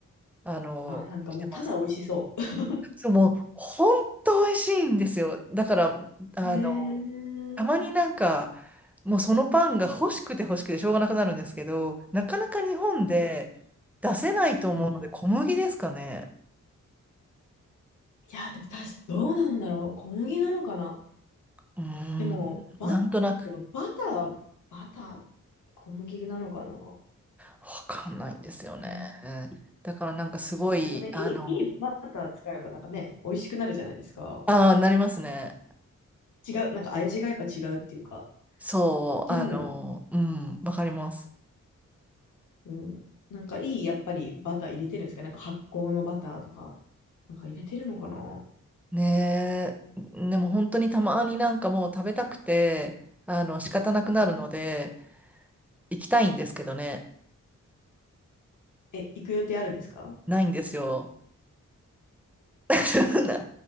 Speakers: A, in the centre; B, on the left.
A: あの、
B: あ、なんかもう、
A: してます。
B: ただ美味しそう。
A: そう、もう、ほんと美味しいんですよ。だから、あの、
B: <laughs> ええ
A: たまになんか、もうそのパンが欲しくて欲しくてしょうがなくなるんですけど、なかなか日本で出せないと思うので、
B: うんうん。
A: 小麦ですかね。
B: いや、でも、たし、どうなんだろう。小麦なのかな。
A: うー
B: でも、
A: ん、
B: バ、
A: なんとなく、
B: でも、バター、バター、小麦なのかな。
A: わかんないんですよね。
B: ええ
A: だからなんかすごい、
B: 確かに。なんかね、
A: あの、
B: いい、いいバター使えば、なんかね、美味しくなるじゃないですか。
A: ああ、なりますね。
B: 違う、なんか味がやっぱ違うっていうか。
A: そう、
B: でも、
A: あの、うん、わかります。
B: うん、なんかいい、やっぱりバター入れてるんですかなんか発酵のバターとか、なんか入れてるのかな
A: ねえ、でも本当にたまになんかもう食べたくて、あの、仕方なくなるので、
B: うん
A: 行きたいんですけどね、
B: え、行く予定あるんですか
A: ないんですよ。<laughs>